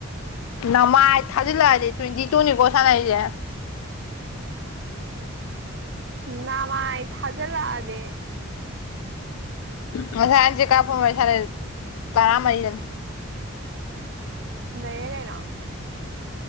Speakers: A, on the left (about 85°); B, on the right (about 55°).
A: ꯅꯃꯥꯏ ꯊꯥꯖꯤꯜꯂꯛꯑꯗꯤ ꯇ꯭ꯋꯦꯟꯇꯤ ꯇꯨꯅꯤꯀꯣ ꯁꯥꯟꯅꯩꯁꯦ꯫
B: ꯅꯃꯥꯏ ꯊꯥꯖꯜꯂ ꯑꯗꯤ꯫
A: ꯉꯁꯥꯏꯟ ꯆꯦꯀꯥ ꯐꯣꯟ ꯋꯥꯢ ꯁꯥꯅꯥꯖꯦ ꯇꯔꯥꯃꯔꯤꯗꯅ
B: ꯅꯩꯔꯦ ꯀꯩꯅꯣ꯫